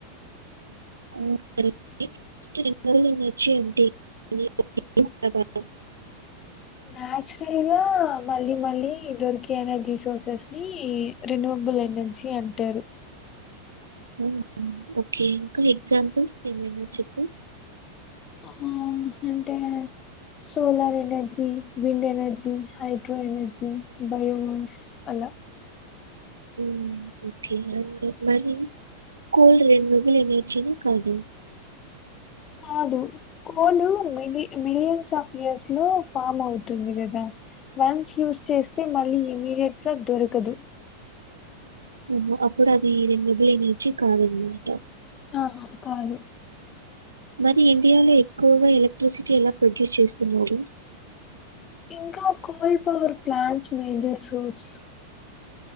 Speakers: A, on the right; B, on the left.
A: <inaudible> అంటే ఏంటి మీ ఒపీనియన్ ప్రకారం
B: నాచురల్గా మళ్ళీ మళ్ళీ దొరికే ఎనర్జీ సోర్సెస్ ని రెన్యువల్ ఎనర్జీ అంటారు
A: ఉ ఓకే ఇంకా ఎగ్జాంపుల్స్ ఏమైనా చెప్పు
B: ఆ అంటే solar energy wind energy hydro energy biomass అలా
A: హుం ఓకే అండ్ మరి కోల్ రెనివబుల్ ఎనర్జీనా కదా
B: కాదు కోలు మిలి మిలియన్స్ ఆఫ్ ఇయర్స్ లో ఫామ్ అవుతుంది కదా వన్స్ యూజ్ చేస్తే మళ్ళీ ఇమీడియట్ గా దొరకదు
A: ఓహో అప్పుడు అది రెండు రెనివబుల్ ఎనర్జీ కాదనమాట
B: ఆ హా కాదు
A: మరి ఇండియాలో ఎక్కువగా ఎలక్ట్రిసిటీ ఎలా ప్రొడ్యూస్ చేస్తున్నారు
B: ఇంకా coal power plants major source